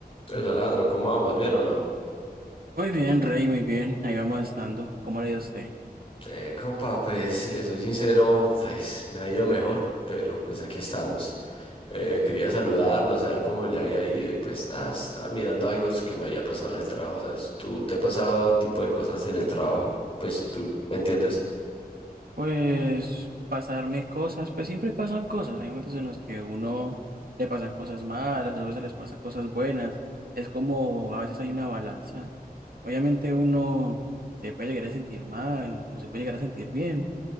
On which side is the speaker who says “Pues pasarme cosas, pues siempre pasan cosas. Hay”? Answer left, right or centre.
Right